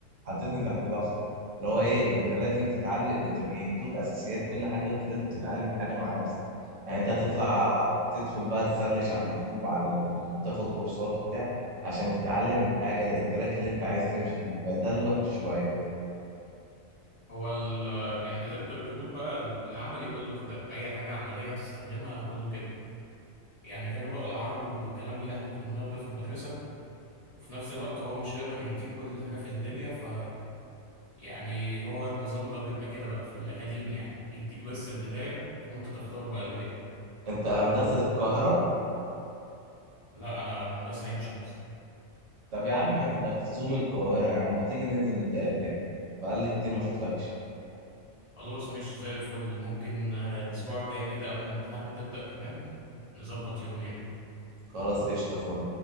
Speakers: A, on the right; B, on the left.
A: حطيتني تحت ضغط اللي هو ايه انت لازم تتعلم انت بيدوك اساسيات كل حاجه وانت لازم تتعلم الحاجه مع نفسك يعني انت هتطلع تدخل بقى تسرش على اليوتيوب على ال- تاخد كورسات وبتاع عشان تتعلم الحاجه التراك اللي انت عايز تمشي فيه يبقى ده الوحش شويه
B: هو ال يعني تقدر تقول بقى ال- العملي كله كده أي حاجة عملية تستخدمها كله كده يعني غير بقى العربي والكلام اللي احنا كنا بناخده في المدرسة وفي نفس الوقت هو مش هيقدر يديك كل حاجة في الدنيا ف يعني هو النظام ده بيبقى كده بقى في الأكاديمي يعني بيديك بس البداية وأنت تختار بقى الباقي
A: انت هندسه القاهره
B: لا أنا هندسة عين شمس
A: طب يا عم احنا في زوم القاهره يا عم ما تيجي ننزل نتقابل يعني بقالي كتير ما شفتكش
B: خلاص ماشي زي الفل ممكن آه، الأسبوع الجاي كده قبل الامتحانات ما تبدأ كمان نظبط يوم يعني
A: خلاص قشطه فل